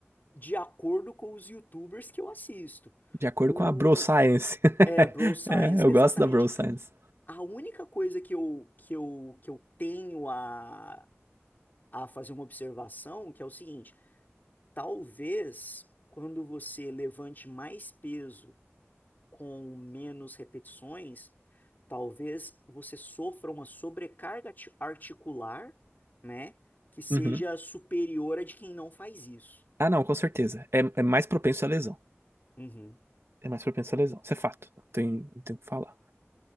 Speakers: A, on the left; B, on the right.
A: de acordo com os YouTubers que eu assisto.
B: de acordo
A: O,
B: com a Bro Science. <laughs>
A: É, Bro Science,
B: É, eu
A: exatamente.
B: gosto da Bro Science.
A: A única coisa que eu, que eu, que eu tenho a, a fazer uma observação, que é o seguinte, talvez quando você levante mais peso com menos repetições, talvez você sofra uma sobrecarga ati- articular, né, que seja
B: Uhum.
A: superior a de quem não faz isso.
B: Ah, não, com certeza. É, é mais propenso à lesão.
A: Uhum.
B: É mais propenso à lesão. Isso é fato. Não tem, não tem o que falar.